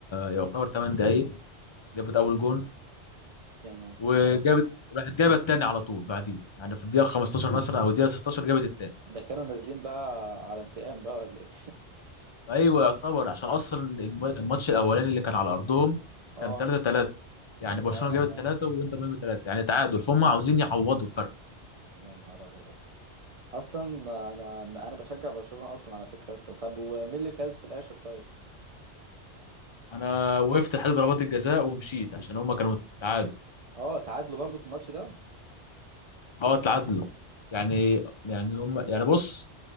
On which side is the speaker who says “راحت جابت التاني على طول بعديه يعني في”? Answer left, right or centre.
Left